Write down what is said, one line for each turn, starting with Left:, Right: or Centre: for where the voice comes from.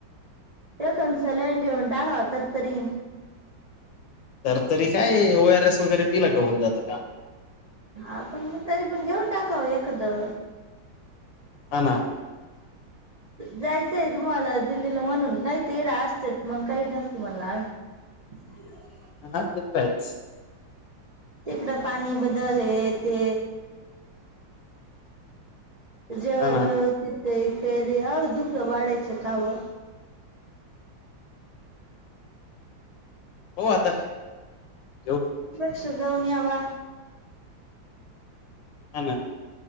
Right: ते खंचले घेऊन टाका तरतरी येईल.
Left: तर तरी काय ओ आर एस वगैरे पिला का होऊन जातं काम.
Right: आपण मग तरी पण घेऊन टाकाव एखादं.
Left: ह
Right: जायचंय तुम्हाला दिल्लीला म्हणून नाही ते एढ असत मग काही नसत म्हणला आम्ही ह
Left: ना <unintelligible>
Right: तिकडं पाणी बदल ते जर
Left: हा ना
Right: व्यवस्थित तेरी आव दुःख वाढेचे काम
Left: हो आताऊ
Right: अक्षर जाऊन <unintelligible> वा
Left: हा ना